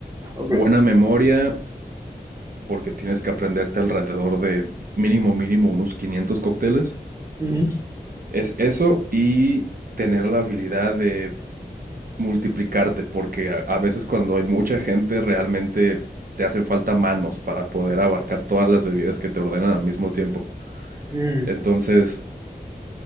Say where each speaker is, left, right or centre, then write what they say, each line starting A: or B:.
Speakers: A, on the right; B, on the right.
A: Ok.
B: Buena memoria, porque tienes que aprenderte alrededor de mínimo, mínimo unos 500 cócteles.
A: Ujú.
B: Es eso y tener la habilidad de multiplicarte, porque a, a veces cuando hay mucha gente realmente te hacen falta manos para poder abarcar todas las bebidas que te ordenan al mismo tiempo.
A: Mm,
B: Entonces,